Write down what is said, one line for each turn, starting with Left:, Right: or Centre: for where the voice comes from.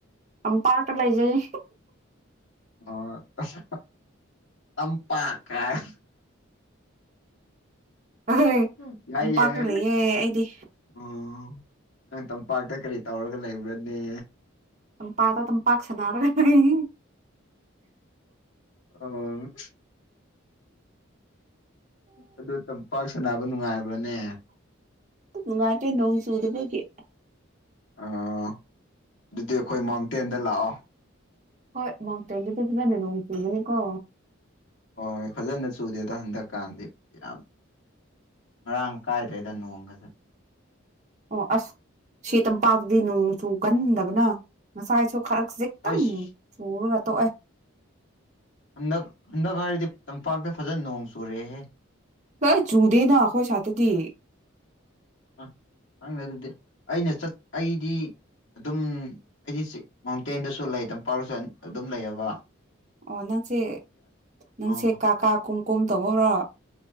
Right: ꯇꯝꯄꯥꯛ ꯇ ꯂꯩꯖꯩ
Left: ꯑꯣ ꯑꯁ ꯇꯝꯄꯥꯛ ꯀꯥꯢ
Right: ꯑꯍꯣꯏ
Left: <unintelligible>
Right: ꯇꯝꯄꯥꯛꯇ ꯂꯩꯌꯦ ꯑꯩꯗꯤ
Left: ꯅꯪ ꯇꯝꯄꯥꯛꯇ ꯀꯔꯤ ꯇꯧꯔꯒ ꯂꯩꯕ꯭ꯔꯅꯦ꯫
Right: ꯇꯝꯄꯥꯛꯇ ꯗꯨꯝ ꯄꯥꯛ ꯁꯥꯅꯔꯒ ꯂꯩ꯫
Left: ꯑꯣ ꯑꯗꯨ ꯇꯝꯄꯥꯛ ꯁꯥꯅꯕ ꯅꯨꯡꯉꯥꯏꯕ꯭ꯔꯥꯅꯦ꯫
Right: ꯅꯨꯉꯥꯢꯇꯦ ꯅꯣꯡ ꯆꯨꯗꯕꯒꯤ꯫
Left: ꯑꯣ ꯑꯗꯨꯗꯤ ꯑꯩꯈꯣꯏ ꯃꯥꯎꯟꯇꯦꯟꯗ ꯂꯥꯛꯑꯣ꯫
Right: ꯍꯣꯏ ꯃꯥꯎꯟꯇꯦꯟꯗꯗꯤ ꯐꯖꯅ ꯅꯣꯡ ꯆꯨꯕꯅꯤꯀꯣ꯫
Left: ꯍꯣꯏ ꯐꯖꯅ ꯆꯨꯗꯦꯗ ꯍꯟꯗꯛꯀꯥꯟꯗꯤ ꯌꯥꯝ ꯃꯔꯥꯡ ꯀꯥꯏꯗ꯭ꯔꯦꯗ ꯅꯣꯡꯒꯁꯨ꯫
Right: ꯑꯣ ꯑꯁ ꯁꯤ ꯇꯝꯄꯥꯛꯇꯗꯤ ꯅꯣꯡ ꯆꯨ ꯀꯟꯗꯕꯅ ꯉꯁꯥꯏꯁꯨ ꯈꯔꯖꯤꯛ ꯇꯪ
Left: ꯑꯩꯁ
Right: ꯆꯨꯔꯒ ꯇꯣꯛꯑꯦ꯫
Left: ꯍꯟꯗꯛ ꯍꯟꯗꯛ ꯍꯥꯏꯔꯗꯤ ꯇꯝꯄꯥꯛꯇ ꯐꯖꯅ ꯅꯣꯡ ꯆꯨꯔꯦꯍꯦ꯫
Right: ꯍꯥꯢꯠ ꯆꯨꯗꯦꯅ ꯑꯩꯈꯣꯏ ꯁꯥꯏ꯭ꯠꯇꯗꯤ꯫
Left: ꯑ ꯍꯪꯗꯦ ꯑꯗꯨꯗꯤ ꯑꯩꯅ ꯆꯠ ꯑꯩꯗꯤ ꯑꯗꯨꯝ ꯍꯥꯏꯗꯤ ꯆꯤꯛ ꯃꯥꯎꯟꯇꯦꯟꯗꯁꯨ ꯂꯩ ꯇꯝꯄꯥꯛ ꯁꯨ ꯑꯗꯨꯝ ꯂꯩꯑꯕ꯫
Right: ꯑꯣ ꯅꯪꯁꯦ ꯅꯪꯁꯦ
Left: ꯑꯣ
Right: ꯀꯥ ꯀꯥ ꯀꯨꯝ ꯀꯨꯝ ꯇꯧꯕꯔꯣ꯫